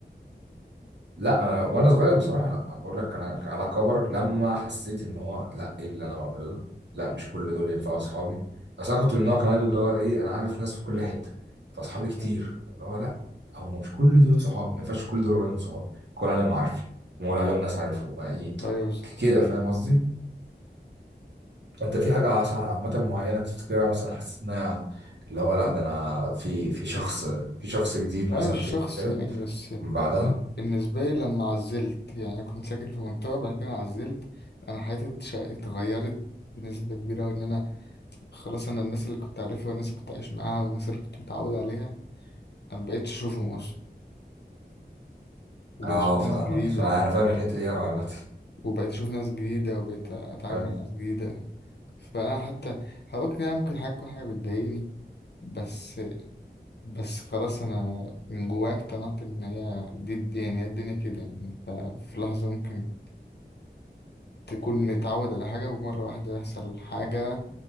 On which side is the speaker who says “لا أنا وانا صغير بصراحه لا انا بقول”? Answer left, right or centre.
Right